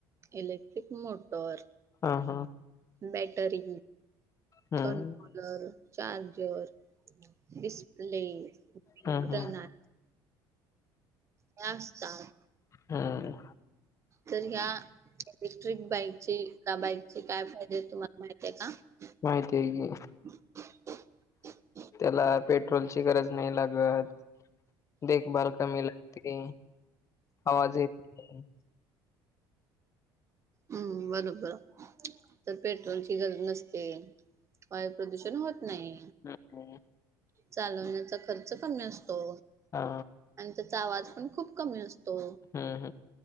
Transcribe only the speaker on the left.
हा हा.
हम्म.
हम्म हम्म.
हम्म.
माहितेय की.
त्याला पेट्रोलची गरज नाही लागत. देखभाल कमी लागते आवाज नाय. <inaudible>
हम्म.
हा.
हम्म